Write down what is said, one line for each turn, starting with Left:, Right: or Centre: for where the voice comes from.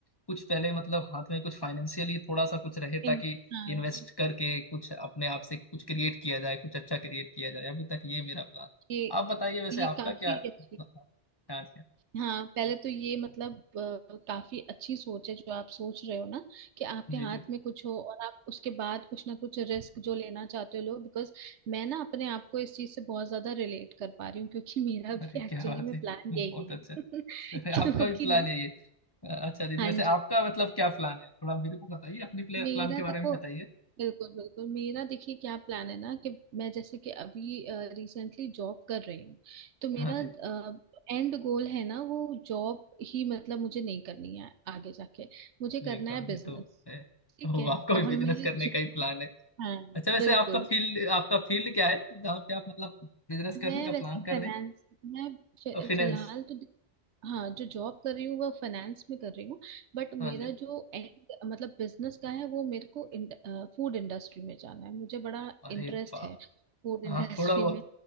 Left: कुछ पहले मतलब हाथ में कुछ फाइनेंशियली थोड़ा सा कुछ रहे
Right: इन
Left: ताकि
Right: हाँ
Left: इन्वेस्ट करके कुछ अपने आप से कुछ क्रिएट किया जाए कुछ अच्छा क्रिएट किया जाए अभी तक ये मेरा प्लान है
Right: ये
Left: आप बताइए वैसे
Right: ये
Left: आपका
Right: काफी
Left: क्या
Right: अच्छी
Left: क्या क्या
Right: हाँ पहले तो ये मतलब अ, काफी अच्छी सोच है जो आप सोच रहे हो ना कि आपके
Left: जी दीदी
Right: हाथ में कुछ हो और आप उसके बाद कुछ ना कुछ रिस्क जो लेना चाहते हो लो बिकॉज मैं ना अपने आप को इस चीज से बहुत ज्यादा रिलेट कर पा रही हूँ क्योंकि मेरा भी
Left: अरे क्या
Right: एक्चुअली
Left: बात
Right: में
Left: है
Right: प्लान
Left: बहुत
Right: यही
Left: अच्छा
Right: है <laughs>
Left: अरे आपका
Right: क्योंकि
Left: भी प्लान
Right: ना
Left: है ये अच्छा दीदी
Right: हाँ
Left: वैसे
Right: जी
Left: आपका मतलब क्या प्लान है थोड़ा मेरे को बताइए अपने
Right: मेरा
Left: प्लान के
Right: देखो
Left: बारे में बताइए
Right: बिल्कुल बिल्कुल मेरा देखिए क्या प्लान है ना कि मैं जैसे कि अभी रिसेंटली जॉब कर रही हूँ तो मेरा
Left: हाँ दीदी
Right: एंड गोल है ना वो जॉब ही मतलब मुझे नहीं करनी है आगे जाके मुझे करना
Left: ये एकदम
Right: है बिजनेस
Left: ये तो है
Right: ठीक
Left: तो
Right: है
Left: आपका भी
Right: और
Left: बिजनेस
Right: मैं ये
Left: करने
Right: जो
Left: का ही प्लान है
Right: हाँ
Left: अच्छा वैसे
Right: बिल्कुल
Left: आपका फील्ड आपका फील्ड क्या है जहाँ पे आप मतलब बिजनेस
Right: मैं
Left: करने का
Right: वैसे
Left: प्लान
Right: फाइनेंस
Left: कर रहे
Right: मैं फि-
Left: हैं फाइनेंस
Right: फिलहाल तो हाँ जो जॉब कर रही हूँ वह फाइनेंस में कर रही हूँ बट मेरा
Left: हाँ जी
Right: जो end, मतलब बिजनेस का है वो मेरे को फूड इंडस्ट्री में जाना है मुझे बड़ा
Left: अरे
Right: इंटरेस्ट
Left: वाह
Right: है फूड
Left: हाँ
Right: इंडस्ट्री
Left: थोड़ा बहुत
Right: में